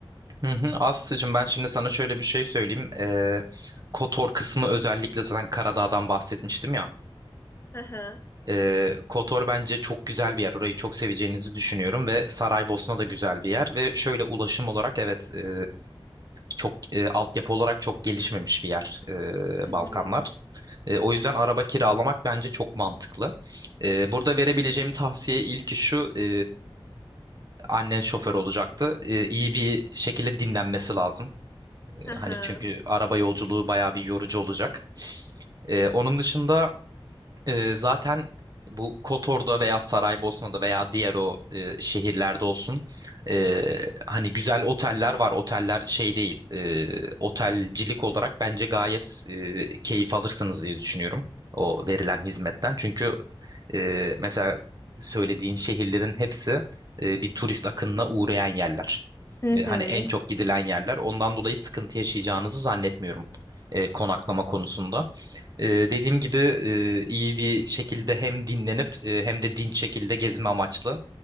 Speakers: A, on the right; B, on the left.
A: Hı hı. Aslı'cığım ben şimdi sana şöyle bir şey söyleyeyim. E, Kotor kısmı özellikle zaten Karadağ'dan bahsetmiştim ya.
B: Hı hı.
A: Ee, Kotor bence çok güzel bir yer. Orayı çok seveceğinizi düşünüyorum ve Saraybosna da güzel bir yer ve şöyle ulaşım olarak evet e, çok e, altyapı olarak çok gelişmemiş bir yer e,
B: Hı
A: Balkanlar.
B: hı.
A: E, o yüzden araba kiralamak bence çok mantıklı. E, burada verebileceğim tavsiye ilki şu e, annen şoför olacaktı. E, iyi bir şekilde dinlenmesi lazım. E,
B: Hı hı.
A: hani çünkü araba yolculuğu bayağı bir yorucu olacak. E, onun dışında. Ee, zaten bu Kotor'da veya Saraybosna'da veya diğer o e, şehirlerde olsun e, hani güzel oteller var. Oteller şey değil. e, otelcilik olarak bence gayet e, keyif alırsınız diye düşünüyorum o verilen hizmetten. Çünkü e, mesela söylediğin şehirlerin hepsi e, bir turist akınına uğrayan yerler.
B: Hı
A: E,
B: hı.
A: hani en çok gidilen yerler. Ondan dolayı sıkıntı yaşayacağınızı zannetmiyorum e, konaklama konusunda. Ee, dediğim gibi e, iyi bir şekilde hem dinlenip e, hem de dinç şekilde gezme amaçlı.